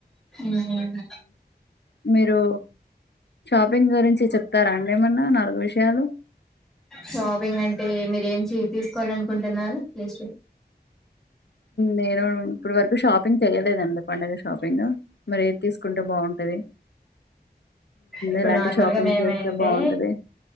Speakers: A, in the centre; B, on the left.
A: మ్మ్
B: మీరు షాపింగ్ గురించి చెప్తార అండి ఏమన్నా నాలుగు విషయాలు
A: షాపింగ్ అంటే మీరు ఏం తీసుకోవాల అనుకుంటున్నారు లిస్ట్
B: నేను ఇప్పడు వరకు షాపింగ్ చెయలేదండి పండుగ షాపింగ్ మరి ఏది తీసుకుంటే బాగుంటది
A: ఇప్పుడు
B: ఎలాంటి
A: నార్మల్
B: షాపింగ్
A: గా మేమైతే
B: చేస్తే బాగుంటది